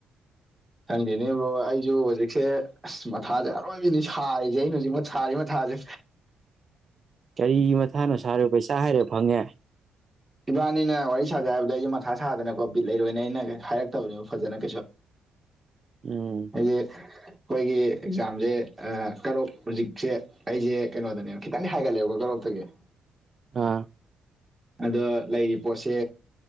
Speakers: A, on the right; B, on the right.
A: ꯈꯪꯗꯦꯅꯦꯕ꯭ꯔꯣ ꯑꯩꯁꯨ ꯍꯧꯖꯤꯛꯁꯦ ꯑꯁ ꯃꯊꯥꯁꯦ ꯑꯔꯣꯏꯕꯤꯅꯤ ꯁꯥꯔꯤꯁꯦ ꯑꯩꯅ ꯍꯧꯖꯤꯛ ꯁꯥꯔꯤ ꯃ ꯗꯦ
B: ꯀꯔꯤ ꯃꯊꯥꯅꯣ ꯁꯥꯔꯣꯏ ꯄꯩꯁꯥ ꯍꯥꯏꯔꯦ ꯐꯪꯉꯦ
A: ꯏꯕꯥꯅꯤꯅ ꯋꯥꯔꯤ ꯁꯥꯖꯩ ꯍꯥꯏꯕꯗ ꯑꯩꯁꯨꯦ ꯃꯊꯥ ꯁꯥꯗꯅꯀꯣ ꯕꯤꯠ ꯂꯩꯔꯣꯏꯅꯦ ꯑꯩꯅ ꯍꯥꯏꯔꯛꯇꯕꯅꯦꯕ ꯐꯖꯅ ꯀꯩꯁꯨ
B: ꯎꯝ
A: ꯑꯩꯒꯤ ꯑꯩꯈꯣꯏꯒꯤ ꯑꯦꯛꯖꯥꯝꯁꯦ ꯀꯔꯣꯛ ꯍꯧꯖꯤꯛꯁꯦ ꯑꯩꯁꯦ ꯀꯩꯅꯣꯗꯅꯦꯕ ꯈꯤꯇꯪꯗꯤ ꯍꯥꯏꯒꯠꯂꯛꯑꯦꯕꯀꯣ ꯀꯔꯣꯛꯇ ꯦ
B: ꯑꯥ
A: ꯑꯗꯣ ꯂꯩꯔꯤꯕꯔꯤ ꯄꯣꯠꯁꯦ